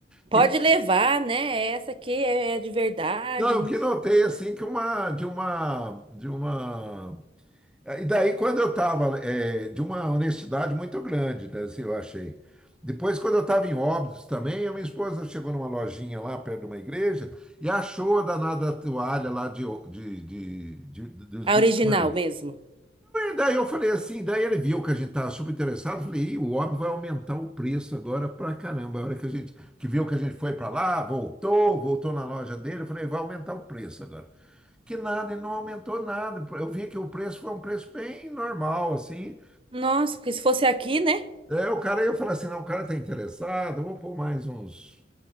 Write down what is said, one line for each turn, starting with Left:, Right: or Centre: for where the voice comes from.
Right: Pode
Centre: Pri-
Right: levar, né? Essa aqui é, é de verdade.
Centre: Não, eu que notei assim que uma, de uma, de uma. é, E daí, quando eu estava, de uma honestidade muito grande, né, assim, eu achei. Depois, quando eu estava em Óbidos também, a minha esposa chegou numa lojinha lá perto de uma igreja e achou a danada toalha lá de, de, de, de- dos
Right: A
Centre: Vianas.
Right: original mesmo.
Centre: Daí eu falei assim, daí ele viu que a gente estava super interessado, falei, Ih, o homem vai aumentar o preço agora pra caramba. A hora que a gente que viu que a gente foi para lá, voltou, voltou na loja dele, eu falei, vai aumentar o preço agora. Que nada, ele não aumentou nada. Eu vi que o preço foi um preço bem normal, assim.
Right: Nossa, porque se fosse aqui, né?
Centre: Daí o cara, eu falei assim, não, o cara tá interessado, eu vou pôr mais uns